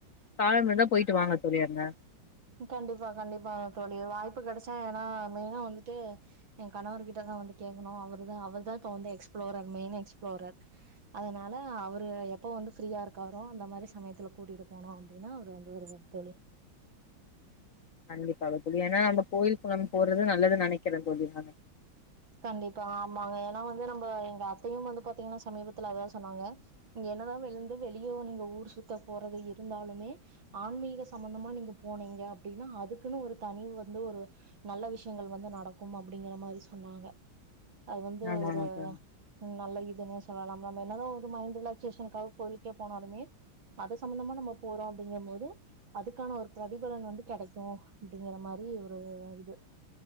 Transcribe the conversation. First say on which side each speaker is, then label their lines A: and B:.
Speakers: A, on the left (about 55°); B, on the right (about 70°).
A: கால மர தான் போயிட்டு வாங்க சொரியாங்க
B: கண்டிப்பா கண்டிப்பா தோழி வாய்ப்பு கெடச்சா ஏன்னா மெயினா வந்துட்டு என் கணவ கிட்டதான் வந்து கேட்கணும் அவருதான் அவர் தான் இப்ப வந்து எக்ஸ்பிளோரர் மெயின் எக்ஸ்பிளோரர் அதனால அவரு எப்ப வந்து ஃப்ரீயா இருக்காரோ அந்த மாரி சமயத்துல கூட்டிட்டு போனும் அப்டின்னா அவரு வந்து ஒரு தோழி
A: கண்டிப்பா புரிய ஏன்னா நம்ம கோயில் குளம் போறது நல்லது நெனக்கிறேன் போல்ல நான்
B: கண்டிப்பா ஆமாங்க ஏன்னா வந்து நம்ம எங்க அத்தயும் வந்து பாத்தீங்கன்னா சமீபத்துல அதுதான் சொன்னாங்க இங்க என்னதான் விழுந்து வெளிய நீங்க ஊர் சுத்த போறது இருந்தாலுமே ஆன்மீக சம்பந்தமா நீங்க போனீங்க அப்டின்னா அதுக்குன்னு ஒரு தனிவு வந்து ஒரு நல்ல விஷயங்கள் வந்து நடக்கும் அப்டிங்கிற மாரி சொன்னாங்க <inaudible> அது வந்து
A: ஆமாங்க
B: ஒரு
A: தோழி
B: நல்ல இதுன்னே சொல்லலாம் நம்ம என்னதான் ஒரு மைண்ட் ரிலாக்சேஷனுக்காக கோயிலுக்கே போனாலுமே அது சம்பந்தமா நம்ம போறோம் அப்டிங்கும் போது அதுக்கான ஒரு பிரதிபலன் வந்து கெடைக்கும் அப்டிங்கிற மாரி ஒரு இது